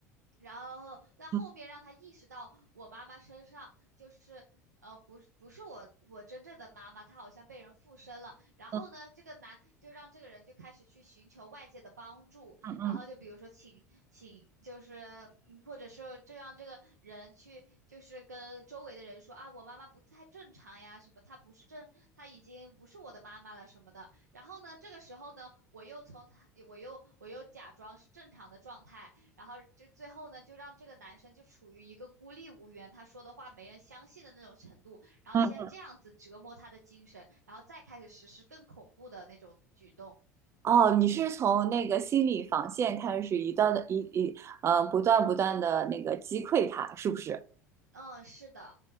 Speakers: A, on the right; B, on the right.
A: 然后在后面让他意识到我妈妈身上就是呃不是不是我我真正的妈妈，
B: 嗯
A: 她好像被人附身了。然后呢，
B: 嗯
A: 这个男就让这个人就开始去寻求外界的帮助，
B: 嗯嗯
A: 然后就比如说请请就是嗯或者是就让这个人去就是跟周围的人说啊，我妈妈不太正常呀，什么她不是正，她已经不是我的妈妈了什么的。然后呢，这个时候呢，我又从她，我又我又假装是正常的状态。然后就最后呢，就让这个男生就处于一个孤立无援，他说的话没人相信的那种程度，然后先这样子折磨他的精神，
B: 嗯。
A: 然后再开始实施更恐怖的那种举动。
B: 哦，你是从那个心理防线开始，一段的一一呃，不断不断的那个击溃他，是不是？
A: 嗯，是的，